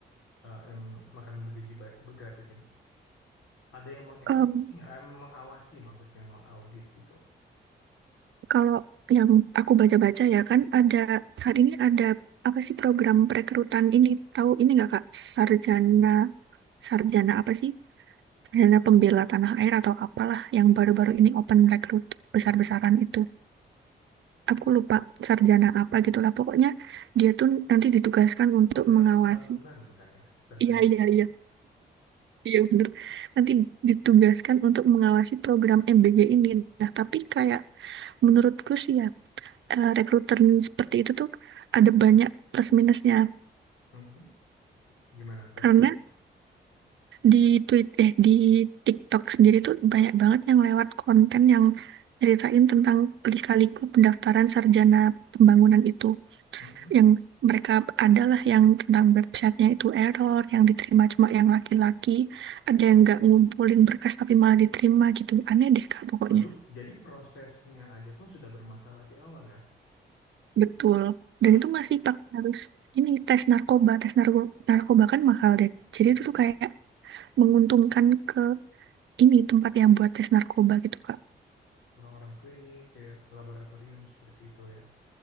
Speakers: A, on the left; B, on the right.
A: eh, em, makan bergizi ba- bergratis ini ada yang mengeksekusi
B: Em,
A: nggak Em, mengawasi maksudnya mengaudit gitu
B: kalau yang aku baca-baca ya kan ada saat ini ada apa sih program perekrutan ini tahu ini nggak Kak? Sarjana sarjana apa sih Dana Pembela Tanah Air atau apalah yang baru-baru ini open rekrut besar-besaran
A: Mhm.
B: itu. Aku lupa sarjana apa gitulah. Pokoknya dia tuh nanti ditugaskan untuk
A: penggerak
B: mengawasi.
A: pembangunan bukan ya sarjana
B: Iya, iya, iya. Iya bener. Nanti ditugaskan untuk mengawasi program MBG ini. Nah, tapi kayak menurutku sih ya, eh, rekruter seperti itu tuh ada banyak plus minusnya.
A: Mhm. gimana plus
B: Karena
A: minus
B: di tweet eh di TikTok sendiri tuh banyak banget yang lewat konten yang ceritain tentang lika-liku pendaftaran sarjana pembangunan itu
A: Mhm.
B: yang mereka adalah yang tentang websitenya itu error yang diterima cuma yang laki-laki ada yang nggak ngumpulin berkas tapi malah diterima gitu aneh deh kak pokoknya
A: waduh jadi prosesnya aja pun sudah bermasalah di awal ya
B: betul
A: terus
B: dan itu masih pakai harus ini tes narkoba tes narko narkoba kan mahal deh jadi
A: Mhm.
B: itu tuh kayak menguntungkan ke ini tempat yang buat tes narkoba gitu kak
A: orang-orang klinik ya laboratorium seperti itu ya